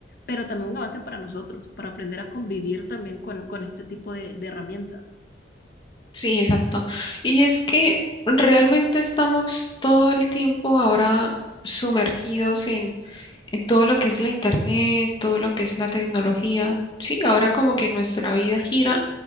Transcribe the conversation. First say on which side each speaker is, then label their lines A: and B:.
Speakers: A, on the left; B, on the left.
A: pero también un avance para nosotros, para aprender a convivir también con, con este tipo de, de herramientas.
B: Sí, exacto. Y es que realmente estamos todo el tiempo ahora sumergidos en, en todo lo que es la internet, todo lo que es la tecnología. Sí, ahora como que nuestra vida gira